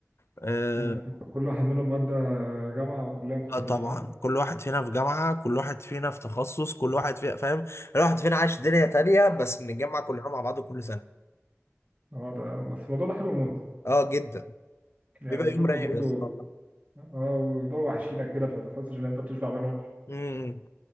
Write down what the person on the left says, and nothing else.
آه
آه طبعا
كل واحد فينا في جامعة كل واحد فينا في تخصص كل واحد فينا فاهم كل واحد فينا عايش دنيا تانية بس بنتجمع كلنا مع بعض كل سنة
اه جدا
بيبقى
يوم رايق
يا اسطى والله
مم.